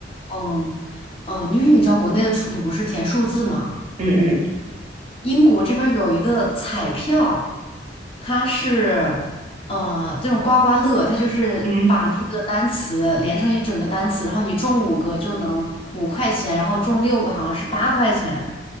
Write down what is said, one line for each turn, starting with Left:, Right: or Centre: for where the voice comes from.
Left: 嗯嗯，因为你知道国内的数独不是填数字嘛。
Right: 嗯嗯
Left: 英国这边儿有一个彩票，它是，呃，这种刮刮乐，它就是把那个单词连成一整个单词，
Right: 嗯，
Left: 然后你中五个就能五块钱，然后中六个好像是八块钱。